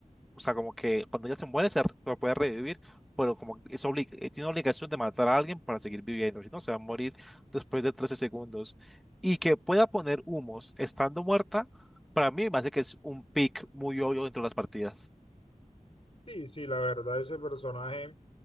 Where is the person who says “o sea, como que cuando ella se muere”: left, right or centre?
Centre